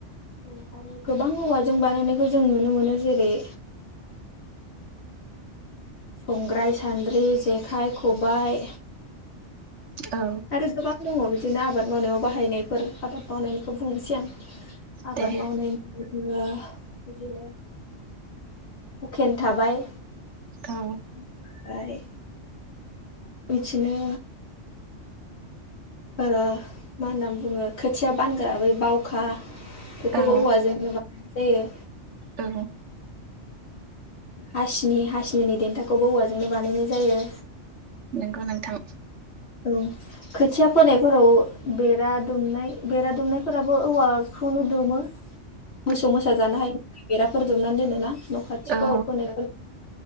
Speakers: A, on the left; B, on the right.
A: औ आरो गोबां औवाजों बानायनायखौ जों नुनो मोनो जेरै। संग्राय सान्द्रि जेखाइ खबाय।
B: औ।
A: आरो गोबां दङ बिदिनो आबाद मावनायाव बाहायनायफोर आबाद मावनायनिखौ बुंनोसै आं। आबाद
B: दे
A: मावनाय। <unintelligible> बिदिनो हुखेन थाबाय।
B: औ।
A: ओमफाय बिदिनो। मा होननानै बुङो खोथिया बानग्रा बै बावखा। बेखौबो
B: औ
A: औवाजोंनो बानायनाय जायो।
B: औ
A: हासिनि हासिनि देन्थाखौबो औवाजोंनो बानायनाय जायो।
B: नोंगौ नोंथां।
A: औ। खोथिया फोनायफोराव बेरा दुमनाय बेरा दुमनायफोराबो औवाजों दुमो।
B: <inaudible>
A: मोसौ मोसा जानो हायो बेराफोर दुमनानै दोनो ना न' खाथिफोराव
B: औ
A: फोनायफोर।